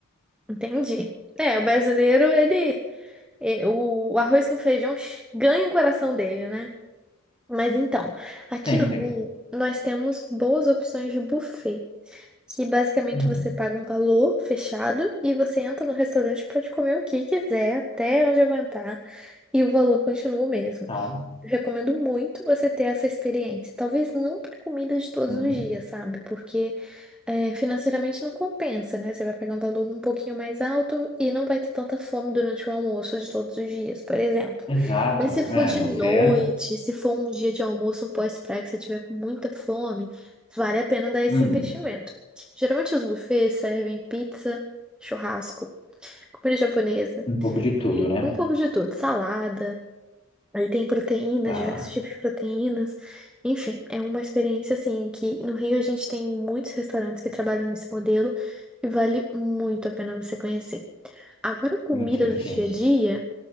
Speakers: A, in the centre; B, on the left (about 25°).
A: Entendi. É, o brasileiro, ele, é, o arroz com feijão ganha o coração dele, né? Mas então, aqui
B: Sempre.
A: no Rio, nós temos boas opções de buffet. que basicamente
B: Hum,
A: você paga um valor fechado e você entra no restaurante e pode comer o que quiser, até onde aguentar, e o valor continua o mesmo.
B: tá.
A: Recomendo muito você ter essa experiência. Talvez não para comida de todos
B: Hum,
A: os dias, sabe? Porque é, financeiramente não compensa, né? Você vai pagar um valor um pouquinho mais alto e não vai ter tanta fome durante o almoço de todos os dias, por exemplo.
B: exato.
A: Mas se for
B: É,
A: de
B: buffet.
A: noite,
B: é,
A: se for um dia de almoço, um pós-praia que você tiver com muita fome, vale a pena dar esse
B: Hum,
A: investimento. Geralmente os buffets servem pizza, churrasco, comida japonesa,
B: um pouco de tudo, né?
A: um pouco de tudo, salada. Aí tem proteínas,
B: Tá.
A: diversos tipos de proteínas. Enfim, é uma experiência assim que no Rio a gente tem muitos restaurantes que trabalham nesse modelo e vale muito a pena você conhecer. Agora, comida
B: Entendi.
A: do dia a dia,